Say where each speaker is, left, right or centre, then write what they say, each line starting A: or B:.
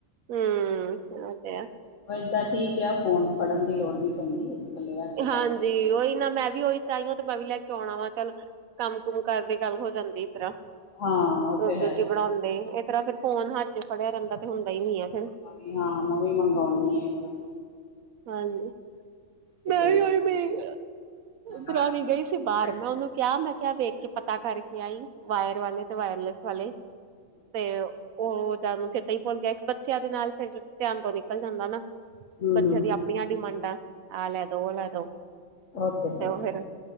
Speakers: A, on the right; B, on the left.
A: ਹੂੰ ਉਹ ਤੇ ਐ।
B: ਵ ਏਦਾਂ ਠੀਕ ਆ ਫੋ਼ਨ ਫੜਨ ਦੀ ਲੋੜ ਨੀ ਪੈਂਦੀ। ਥੱਲੇ ਰੱਖ ਕੇ
A: ਹਾਂਜੀ
B: ਗੱਲ ਕਰ
A: ਉਹੀ ਨਾ ਮੈਂ ਵੀ ਉਹੀ ਤਾਈਉ ਤੇ ਮੈਂ ਵੀ ਲੈ ਕੇ ਆਉਣਾ ਵਾ ਚੱਲ ਕੰਮ ਕੁਮ ਕਰਦੇ ਗੱਲ ਹੋ ਜਾਂਦੀ ਇਸ ਤਰ੍ਹਾਂ
B: ਹਾਂ ਉਹ
A: ਰੋਟੀ-ਰੁਟੀ
B: ਤੇ ਹੈ
A: ਬਣਾਦੇ ਤਰ੍ਹਾਂ ਫੋ਼ਨ ਹੱਥ ਚ ਫੜਿਆ ਰਹਿੰਦਾ ਤੇ ਹੁੰਦਾ ਈ ਨੀ ਐ ਫਿਰ
B: ਮੰਮੀ ਹਾਂ ਮੈਂ ਵੀ ਮੰਗਾਉਨੀ ਆ ਇੱਕ
A: ਹਾਂਜੀ,
B: ਕਿਤੇ
A: ਮੈਂ ਵੀ
B: ਹਮ
A: ਉਹੀ ਮੇਰੀ ਦੁਰਾਣੀ
B: ਹਮ
A: ਗਈ ਸੀ ਬਾਹਰ ਮੈਂ ਉਹਨੂੰ ਕਿਆ ਮੈਂ ਕਿਹਾ ਵੇਖ ਕੇ ਪਤਾ ਕਰਕੇ ਆਈ ਵਾਇਰ ਵਾਲੇ ਤੇ ਵਾਇਰਲੈਸ ਵਾਲੇ ਤੇ ਉਹ ਜਦਾ ਨੂੰ ਚੇਤਾ ਹੀ ਭੁੱਲ ਗਿਆ ਇੱਕ ਬੱਚਿਆਂ ਦੇ ਨਾਲ ਫਿਰ ਧਿਆਨ ਤੋਂ ਨਿਕਲ ਜਾਂਦਾ ਨਾ
B: ਹਮ
A: 'ਚ ਆਪਣੀਆਂ ਡਿਮਾਂਡਾਂ ਆਹ ਲੈ ਦੋ ਉਹ ਲੈ ਦੋ
B: ਉਹ
A: 'ਤੇ
B: ਹੈ
A: ਉਹ ਫਿਰ